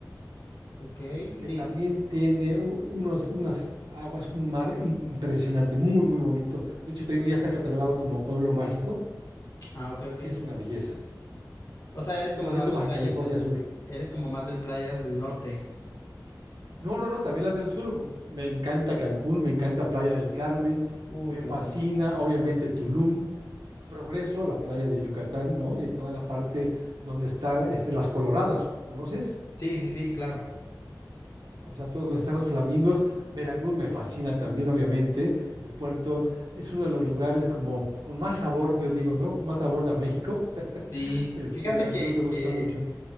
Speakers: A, on the left; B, on the right.
A: Ok, sí.
B: que también tiene u- unos, unas aguas, un mar impresionante, muy, muy bonito. De hecho, te digo, ya está catalogado como pueblo mágico
A: Ah, ok, ok.
B: y es una belleza.
A: O sea, eres
B: Es
A: como
B: Loreto,
A: más de
B: Baja
A: playas
B: California
A: del,
B: Sur.
A: eres como más del playas del norte.
B: No, no, no, también las del sur. Me encanta Cancún, me encanta Playa del Carmen,
A: Uy,
B: me
A: playas
B: fascina,
A: del Carmen.
B: obviamente, Tulum, Progreso, la playa de Yucatán, ¿no? Y toda la parte donde está este, las Coloradas, ¿conoces?
A: Sí, sí, sí, claro.
B: O sea, todo donde están los flamingos. Veracruz me fascina también, obviamente. El puerto es uno de los lugares como con más sabor, yo digo, ¿no? Más sabor de a México.
A: Sí, sí,
B: Este,
A: sí. Fíjate
B: Veracruz
A: que,
B: me gusta
A: que,
B: mucho.